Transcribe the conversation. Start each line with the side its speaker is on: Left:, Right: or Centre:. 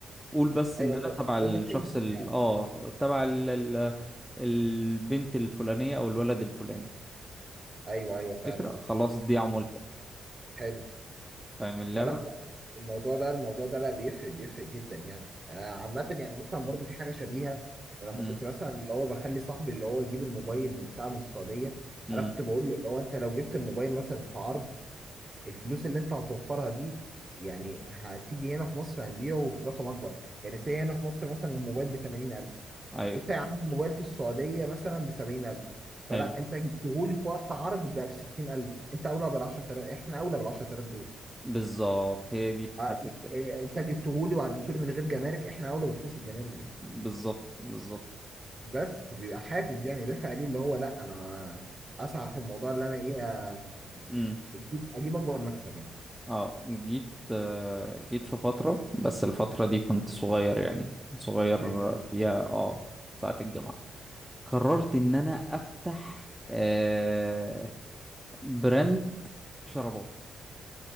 Centre: قول بس
Right: ايوه
Centre: ان انا
Right: لو
Centre: تبع الشخص
Right: لو ما تسيب
Centre: ال
Right: يعني
Centre: اه تبع ال... ال... البنت الفلانية او الولد الفلاني
Right: ايوه ايوه فعلا
Centre: فكرة خلاص دي عمولتك
Right: حلو
Centre: فاهم اللعبة
Right: فلا لا الموضوع ده الموضوع ده لا بيفرق بيفرق جدا يعني آه عامة يعني مثلا برضو في حاجة شبيهة لما
Centre: امم
Right: كنت مثلا اللي هو بخلي صاحبي اللي هو يجيب الموبايل من بتاع من السعودية
Centre: امم
Right: انا كنت بقول له اللي هو انت لو جبت الموبايل مثلا في عرض الفلوس اللي انت هتوفرها دي يعني هتيجي هنا في مصر هنبيعه برقم اكبر يعني سي هنا في مصر مثلا الموبايل ب 80000
Centre: ايوه
Right: انت يا عم موبايل في السعوديه مثلا ب 70000 فلا
Centre: حلو
Right: انت جبتهولي في وقت عرض بقى ب 60000 انت اولى بال 10000 احنا اولى بال 10000 دول
Centre: بالظبط هي دي بتحسب
Right: اه،
Centre: كده
Right: اه، انت جبتهولي وعديتهولي من غير جمارك احنا اولى بفلوس الجمارك دي
Centre: بالظبط بالظبط
Right: بس بيبقى حافز يعني دافع ليه اللي هو لا انا اسعى في الموضوع اللي انا ايه اه،
Centre: امم
Right: اجيب اجيب اكبر مكسب يعني
Centre: اه جيت آه، جيت في فترة بس الفترة دي كنت صغير يعني كنت صغير
Right: ايوه
Centre: فيها اه ساعة الجامعة قررت ان انا افتح آه براند شرابات